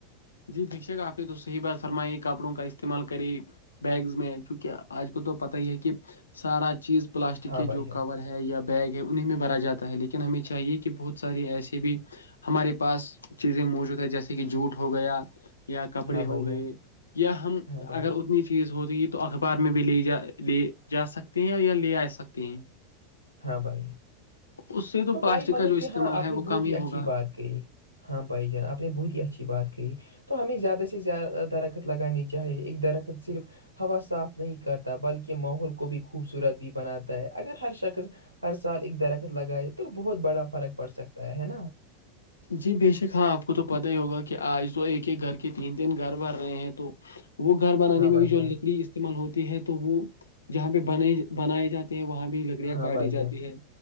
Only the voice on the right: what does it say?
ہاں
بھائی
جان
ہاں
بھائی جان
ہاں بھائی
ہاں بھائی
تو
بھائی مطلب
کہ
ہاں آپ
نے
بہت
ہی اچھی
بات کہیں ہاں بھائی جان آپ نے بہت ہی اچھی بات کہیں تو ہمیں زیادہ سے زیادہ درخت لگانی چاہیے ایک درخت صرف ہوا صاف نہیں کرتا بلکہ ماحول کو بھی خوبصورت بھی بناتا ہے اگر ہر شخص ہر سال ایک درخت لگائے تو بہت بڑا فرق پڑ سکتا ہے ہے نا
ہاں
بھائی
جان
ہاں
بھائی
جان